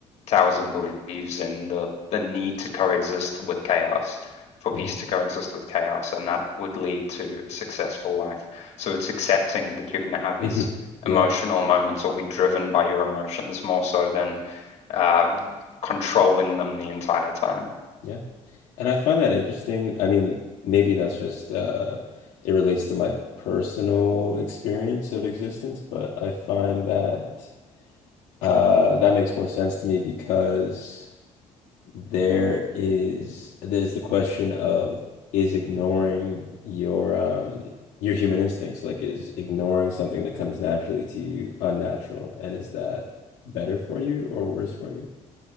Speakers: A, on the left (about 60°); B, on the left (about 80°).
A: Taoism believes in the, the need to coexist with chaos, for peace
B: Yeah.
A: to coexist with chaos, and that would lead to a successful life. So it's accepting that you're going to have
B: Mhm.
A: these
B: Yeah,
A: emotional moments or be driven by your emotions more so than uh, controlling them the entire time.
B: yeah. And I find that interesting. I mean, maybe that's just uh it relates to my personal experience of existence, but I find that uh that makes more sense to me because there is there's the question of is ignoring your um your human instincts, like is ignoring something that comes naturally to you unnatural, and is that better for you or worse for you?